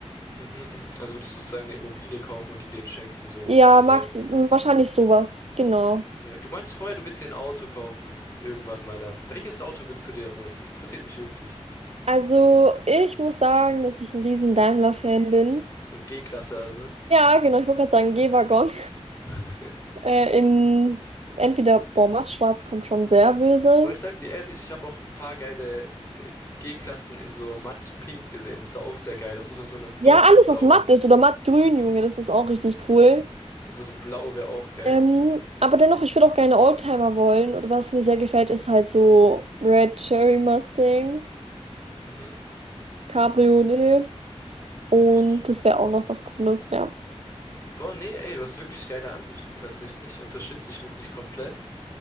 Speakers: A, on the left; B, on the right.
A: Mhm, mhm. Also würdest du sozusagen eine Immobilie kaufen und die denen schenken, sozusagen.
B: Ja, Max, wahrscheinlich sowas. Genau.
A: Okay. Du meinst vorher, du willst dir ein Auto kaufen. Irgendwann mal dann. Welches Auto würdest du dir da holen? Das interessiert mich wirklich.
B: Also, ich muss sagen, dass ich ein riesen Daimler-Fan bin.
A: So ein G-Klasse also.
B: Ja, genau, ich wollte gerade sagen, G-Waggon.
A: <laughs>
B: Äh, in entweder, boah, Matt Schwarz kommt schon sehr böse.
A: Boah, ich sag dir ehrlich, ich habe auch ein paar geile äh, G-Klassen in so matt pink gesehen. Das sah auch sehr geil aus. Das ist in so einem dunkelblau.
B: Ja, alles, was matt ist oder mattgrün, Junge, das ist auch richtig cool.
A: Oder so so blau wäre auch geil.
B: Ähm, aber dennoch, ich würde auch gerne Oldtimer wollen. Und was mir sehr gefällt, ist halt so Red Cherry Mustang,
A: Mhm.
B: Cabriolet. Und
A: Ich,
B: das wäre auch noch was Cooles, ja.
A: boah, nee, ey, du hast wirklich geile Ansichten tatsächlich. Unterstütze ich wirklich komplett.